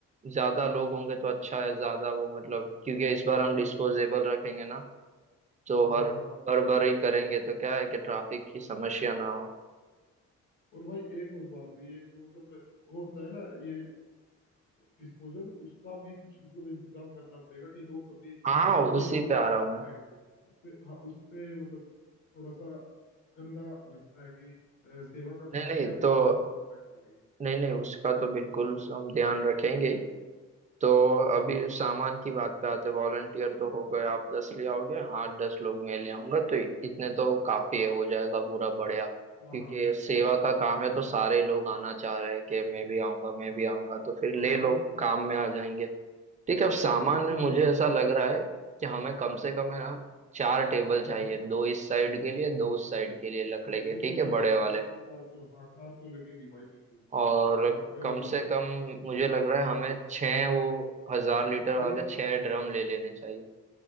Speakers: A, on the right; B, on the left.
A: ज्यादा लोग होंगे तो अच्छा है ज्यादा वो मतलब क्योंकि इस बार हम डिस्पोजेबल रखेंगे ना तो
B: हाँ
A: हर
B: हाँ हाँ
A: बार बार ही करेंगे तो क्या है कि ट्रैफिक की समस्या ना हो
B: और भाई एक और बात ये जो मतलब वो होता है ना ये डिस्पोजल उसका भी कुछ मतलब इंतजाम करना पड़ेगा कि लोग कभी
A: हाँ
B: अ, पिए
A: उसी
B: और उसको
A: पे आ रहा
B: वहीं
A: हूँ
B: पे
A: मैं
B: फेंक दें उससे हाँ उससे मतलब थोड़ा सा गंदा लगता है कि अ, सेवा का
A: नहीं
B: काम
A: नहीं
B: किया और
A: तो
B: गंदगी फैला के चले गए
A: नहीं नहीं उसका तो बिल्कुल हम ध्यान रखेंगे ही। तो
B: हम्म
A: अभी
B: हम्म
A: सामान की बात पे आते वॉलंटियर तो हो गए आप दस ले आओगे आठ दस लोग मैं ले आऊंगा तो इतने तो काफी है हो जाएगा पूरा बढ़िया क्योंकि
B: हाँ हाँ बिल्कुल
A: सेवा
B: भाई
A: का काम है तो सारे लोग आना चाह रहे हैं कि मैं भी आऊंगा मैं भी आऊंगा तो फिर
B: हाँ
A: ले
B: हाँ
A: लो
B: तब
A: काम में आ जाएंगे ठीक है अब सामान
B: तभी तो
A: में
B: हम
A: मुझे
B: ब-
A: ऐसा लग रहा है कि हमें कम से कम है ना चार टेबल चाहिए
B: हम्म
A: दो इस साइड के लिए दो उस साइड के लिए लकड़े के
B: बिल्कुल
A: ठीक है
B: भाई
A: बड़े वाले
B: चार तो चार तो हाँ चार तो लगेंगे भाई बिल्कुल चार
A: और
B: का
A: कम
B: मतलब
A: से
B: इस
A: कम
B: क्योंकि
A: मुझे लग रहा है हमें छः वो हजार लीटर
B: एक
A: वाले छः ड्रम ले लेने चाहिए